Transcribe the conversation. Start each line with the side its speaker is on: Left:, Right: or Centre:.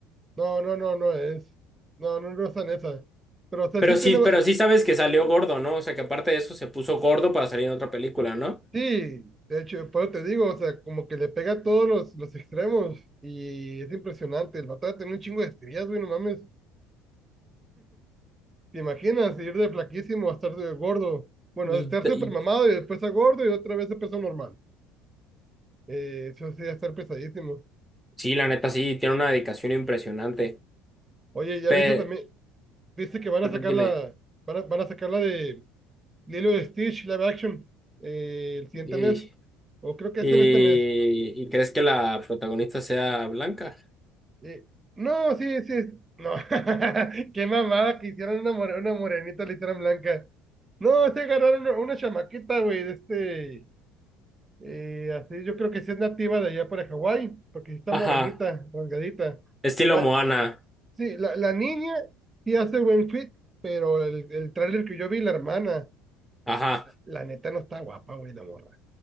Right: No, no, no, no es. No, no, no es tan esa. Pero, o sea,
Centre: Pero
Right: sí
Centre: sí,
Right: tiene.
Centre: pero
Right: va-
Centre: sí sabes que salió gordo, ¿no? O sea, que aparte de eso se puso gordo para salir en otra película, ¿no?
Right: Sí, de hecho, por eso te digo, o sea, como que le pega a todos los, los extremos. Y es impresionante. El vato tiene un chingo de estrías, güey, no mames. ¿Te imaginas ir de flaquísimo a estar de gordo? Bueno,
Centre: Y,
Right: de estar súper
Centre: y-
Right: mamado y después a gordo y otra vez a peso normal. Eh, eso sí, va a estar pesadísimo.
Centre: sí, la neta, sí, tiene una dedicación impresionante.
Right: Oye, ya
Centre: Pero,
Right: viste también, viste que van a sacar
Centre: dime,
Right: la, van a, van a sacar la de Lilo de Stitch live action eh, el siguiente
Centre: y,
Right: mes, o creo que
Centre: y,
Right: es en este mes.
Centre: ¿y crees que la protagonista sea blanca?
Right: Eh, no, sí, sí, no. <laughs> Qué mamada que hicieron una, more- una morenita, la hicieron blanca. No, se agarraron una, una chamaquita, güey, de este, Eh, así, yo creo que sí es nativa de allá para Hawái, porque sí está
Centre: Ajá,
Right: morenita, rasgadita.
Centre: estilo
Right: La,
Centre: Moana,
Right: sí, la, la niña sí hace buen fit, pero el, el tráiler que yo vi, la hermana,
Centre: ajá,
Right: la neta no está guapa, güey, la morra.